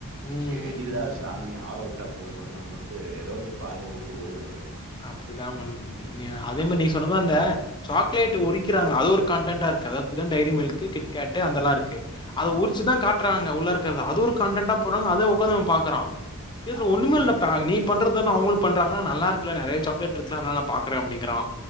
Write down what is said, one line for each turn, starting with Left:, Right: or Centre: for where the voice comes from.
Left: ம்
Right: சேரிடா
Left: ம் ம்
Right: சாமி ஆள விட்டா போதுன்னு சொல்லி நம்ம பாட்டுக்கு ஏதோ வச்சு பாருங்க விட்டுட்டு ஓடி வந்திருவே
Left: அப்டிதா பண்றீங்க அதே மாதிரி நீங்க சொன்ன மாரி இந்த சாக்லேட் உரிக்கிறாங்க அது ஒரு கண்டென்டா இருக்கு அதாவத் இதுதா டைரி மில்க் கிட்கேட்டு் அந்தெல்லா இருக்கு அத உரிச்சுதா காட்றாங் உள்ள இருக்கிறது அது ஒரு கண்டென்ட்டா போடுறாங்க அத உக்காந்து இவ பாக்குறா ஏ இதல
Right: ஆமாமா.
Left: ஒண்ணுமேல்லடா நீப் பண்றதான அவங்களு பண்றாங்க நல்லா இருக்குல நெறைய சாக்லேட் இருக்குல அதனால நா பாக்குறே அப்டிங்கறா